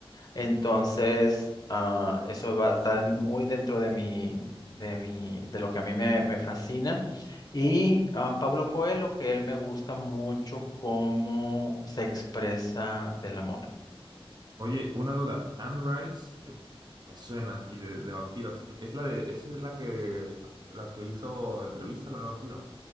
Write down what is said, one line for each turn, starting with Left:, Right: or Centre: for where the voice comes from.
Left: Entonces, ah, eso va a estar muy dentro de mi, de mi, de lo que a mí me me fascina. Y ah, Paulo Coelho, que él me gusta mucho cómo se expresa del amor.
Right: Oye, una duda. Anne Rice, que me suena, y de, de vampiros. Es la de, esa es la que, la que hizo entrevista con el vampiro.